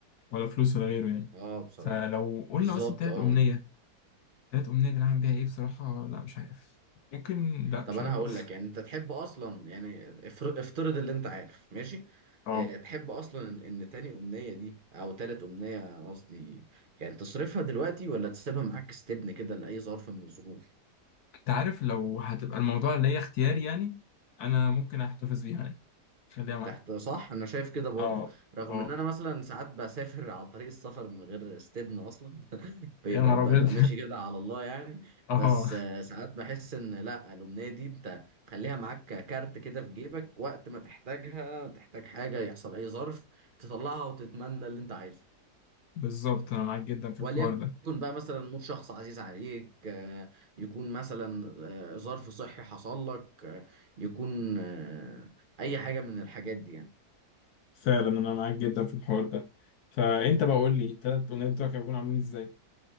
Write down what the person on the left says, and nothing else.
ولا فلوس ولا غيره يعني
فلو قلنا
مثلا تالت
أمنية تالت أمنية دي أنا هعمل بيها إيه بصراحة لا مش عارف ممكن لا
مش
عارف
برضه
<laughs>
اه
أنت عارف لو هتبقى الموضوع اللي هي اختياري يعني أنا ممكن أحتفظ بيها يعني خليها معايا
اه
اه
يا نهار
أبيض
<laughs> اه
بالظبط أنا معاك جدا في
الحوار ده
فعلا أنا معاك جدا في الحوار ده فأنت بقى قول لي التلات أمنيات بتوعك هيكونوا عاملين إزاي؟